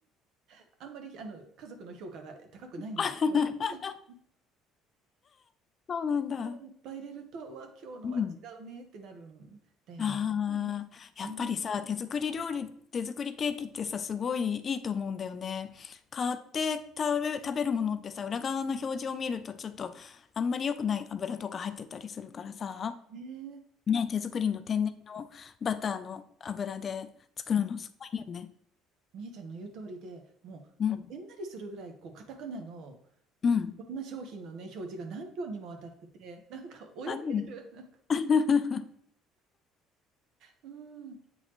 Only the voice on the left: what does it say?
<laughs>
そうなんだ。
うん。ああ、
やっぱりさ、
手作り料理、手作りケーキってさ、すごいいいと思うんだよね。買って食べ、食べるものってさ、裏側の表示を見るとちょっとあんまり良くない油とか入ってたりするからさ、
ね、手作りの天然のバターの油で作るのすごいいいよね。
うん。
うん。
あるよね。
<laughs>